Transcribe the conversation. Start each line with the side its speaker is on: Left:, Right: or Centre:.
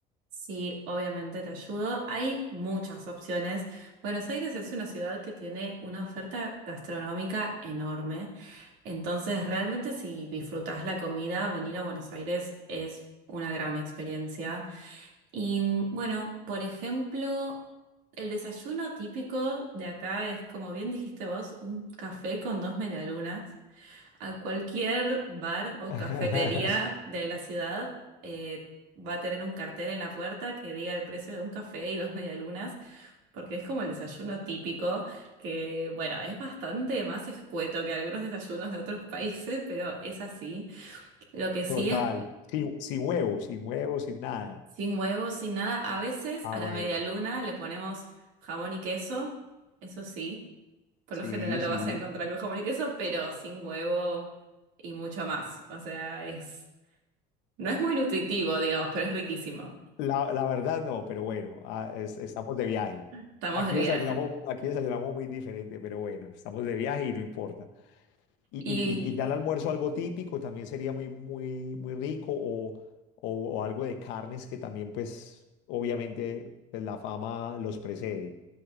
Right: Sí, obviamente te ayudo. Hay muchas opciones. Buenos Aires es una ciudad que tiene una oferta gastronómica enorme. Entonces, realmente si disfrutas la comida, venir a Buenos Aires es una gran experiencia. Y mm, bueno, por ejemplo, el desayuno típico de acá es, como bien dijiste vos, un café con dos medialunas. A cualquier bar o
Left: <laughs>
Right: cafetería de la ciudad eh, va a tener un cartel en la puerta que diga el precio de un café y dos medialunas. Porque es como el desayuno típico, que bueno, es bastante más escueto que algunos desayunos de otros países, <laughs> pero es así. Lo que sí
Left: Total,
Right: es
Left: sin, sin huevos, sin huevos, sin nada.
Right: sin huevos, sin nada. A veces
Left: Ah,
Right: a la
Left: bueno,
Right: media luna le ponemos jamón y queso, eso sí. Por
Left: sí,
Right: lo general lo
Left: sí.
Right: vas a encontrar con jamón y queso, pero sin huevo y mucho más. O sea, es, no es muy nutritivo, digamos, pero es riquísimo.
Left: La, la verdad no, pero bueno, ah, es- estamos de viaje.
Right: Estamos
Left: Aquí
Right: de viaje.
Left: desayunamos, aquí desayunamos muy diferente, pero bueno, estamos de viaje y no importa. Y, y-
Right: Y
Left: y ya el almuerzo algo típico también sería muy, muy, muy rico o, o- o algo de carnes que también pues obviamente pues, la fama los precede.